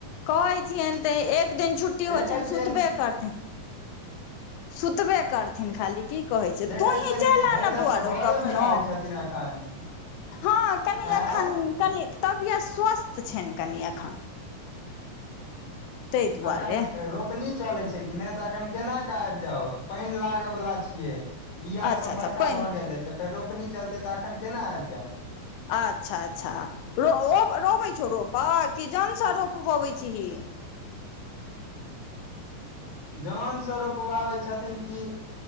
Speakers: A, on the left; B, on the left.
A: कहै छियेन तऽ एक दिन छुट्टी
B: देखै
A: होइ छै ने
B: छियनि
A: सुतबे करथिन सुतबे करथिन खाली की कहे छै जे
B: देखै
A: तोही
B: छियनि
A: चलि आन'
B: हरदम
A: बौआ
B: घरे
A: रौ कखनो
B: मे रहै छथिन एखन
A: हँ कनि
B: आँय
A: अखन कनि तबियत स्वस्थ छनि कनि एखन ताहि दुआरे
B: एखन रोपनी चलैत छै कि नहि तऽ एखन केन के आबि जाउ पानि लागऽ बला छियै बियाह
A: अच्छा
B: सब
A: अच्छा
B: बड़का
A: पानि
B: भऽ गेलै तऽ फेर रोपनी चलतै तऽ एखन केना आबि जाउ
A: अच्छा अच्छा रो रोबै छौ रोपऽ कि जनसँ रोपबबैत छीही
B: जऽन से रोपबाबे छथिन की